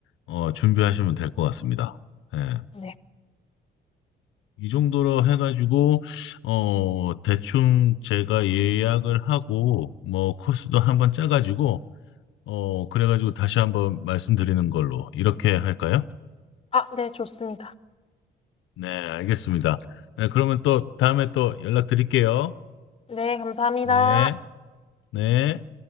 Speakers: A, on the left; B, on the left.
A: 어, 준비하시면 될 것 같습니다. 예.
B: 네.
A: 이 정도로 해가지고 어 대충 제가 예약을 하고 뭐 코스도 한번 짜가지고 어 그래가지고 다시 한번 말씀드리는 걸로 이렇게 할까요?
B: 아, 네, 좋습니다.
A: 네, 알겠습니다. 네, 그러면 또 다음에 또 연락드릴게요.
B: 네, 감사합니다.
A: 네, 네.